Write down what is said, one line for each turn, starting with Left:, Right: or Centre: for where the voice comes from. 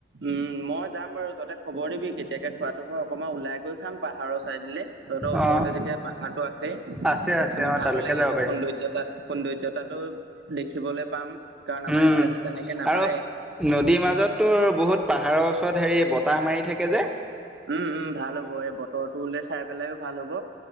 Right: উম, মই যাম বাৰু, তহতে খবৰ দিবি কেতিয়াকে খোৱাটো হয় অকমান ওলাই গৈ খাম পাহাৰৰ চাইদ দিল তহঁতৰ ওচৰতে
Centre: অ
Right: যেতিয়া পাহ ভালটো আছে
Centre: আছে আছে
Right: মানে
Centre: অ
Right: ভালো
Centre: তালৈকে
Right: লাগিব
Centre: যাব পাৰিম
Right: সৌন্দৰ্যতা সৌন্দৰ্যতাটো দেখিবলৈ পাম কাৰণ আমাৰ
Centre: উম
Right: এইফালে টো তেনেকে নাপায়ে।
Centre: আৰু নদীৰ মাজততো বহুত পাহাৰৰ ওচৰত হেৰি বতাহ মাৰি থাকে যে।
Right: উম, উম, ভাল হ'ব এই বতৰটো চাই পেলাইও ভাল হ'ব।